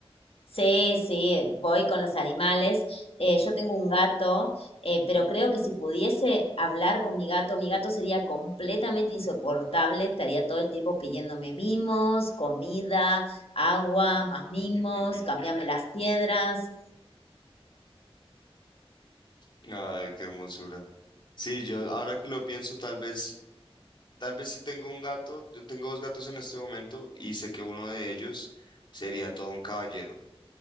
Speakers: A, on the left; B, on the left.
A: Sí, sí, voy con los animales. Eh, yo tengo un gato, eh, pero creo que si pudiese hablar con mi gato, mi gato sería completamente insoportable. Estaría todo el tiempo pidiéndome mimos, comida, agua, más mimos,
B: <laughs>
A: cambiarme las piedras.
B: Ay, qué hermosura. Sí, yo ahora que lo pienso, tal vez, tal vez si tengo un gato, yo tengo dos gatos en este momento y sé que uno de ellos sería todo un caballero,